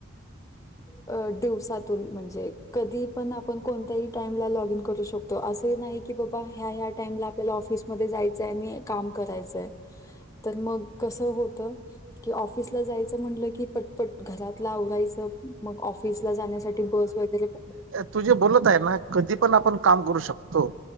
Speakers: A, on the left; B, on the right.
A: <unintelligible> अ दिवसातून म्हणजे कधी पण आपण कोणत्याही टाईमला लॉग इन करू शकतो. असं नाही-' की बाबा ह्या ह्या टाईमला आपल्याला ऑफिसमध्ये जायचंय. आणि काम करायचंय तर मग कसं होत. कि ऑफिस ला जायचं म्हटलं कि पटपट घरातला आवरायचं मग ऑफिस ला जाण्यासाठी बस वगैरे प
B: तु जे बोलत आहे ना, कधी पण आपण काम करू शकतो.